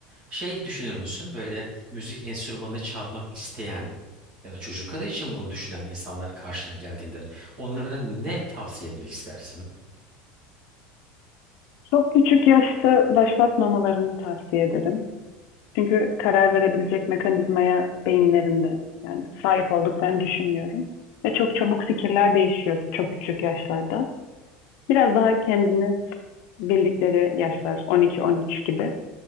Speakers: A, on the right; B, on the left.
A: şey düşünür müsün? Böyle müzik enstrümanı çalmak isteyen ya da çocukları için bunu düşünen insanlar karşına geldiğinde onlara ne tavsiye etmek istersin?
B: Çok küçük yaşta başlatmamalarını tavsiye ederim. Çünkü karar verebilecek mekanizmaya beyinlerinde yani sahip olduklarını düşünmüyorum. Ve çok çabuk fikirler değişiyor çok küçük yaşlarda. Biraz daha kendini bildikleri yaşlar 12-13 gibi